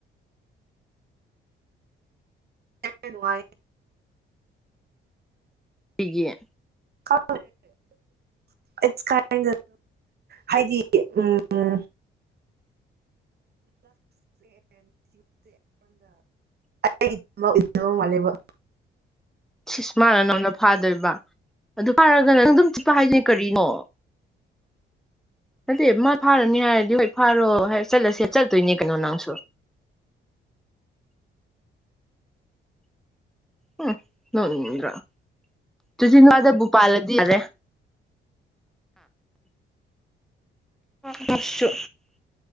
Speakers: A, on the right; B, in the centre.
A: ꯌꯦꯅ
B: ꯁꯤꯒ
A: ꯀ ꯏ ꯀꯥꯏ ꯍꯥꯏꯩꯗꯤ ꯎꯝ ꯦ ꯃꯣꯡ ꯃꯂꯤꯕ
B: ꯁꯁꯃꯥꯅ ꯅꯪꯅ ꯐꯥꯗꯣꯏꯔꯤꯕ ꯑꯗꯨ ꯐꯔꯒꯅ ꯅꯪ ꯑꯗꯨꯝ ꯆꯤꯠꯄ ꯍꯥꯏꯁꯅꯦ ꯀꯔꯤꯅꯣ ꯑꯗꯨꯗꯤ ꯃꯥ ꯐꯥꯔꯅꯤ ꯍꯥꯏꯔꯗꯤ ꯍꯣꯏ ꯐꯥꯔꯣ ꯆꯠꯂꯁꯦ ꯆꯠꯇꯣꯏꯅꯦ ꯀꯩꯅꯣ ꯅꯪꯁꯨ
A: ꯑ
B: ꯎ ꯅ꯭ꯔ ꯇ ꯂꯗ ꯚꯣꯄꯜꯗꯤ ꯌꯥꯔꯦ
A: ꯑ
B: ꯁ